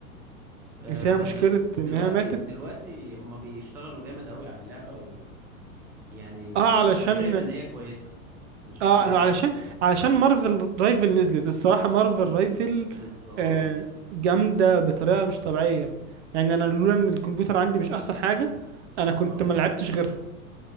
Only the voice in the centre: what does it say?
آه،
دلوقتي
دلوقتي هما بيشتغلوا جامد قوي على اللعبة ويعني
انا شايف ان هي كويسة انا شايف
ان هي دلوقتي
كويسة
بالظبط
اه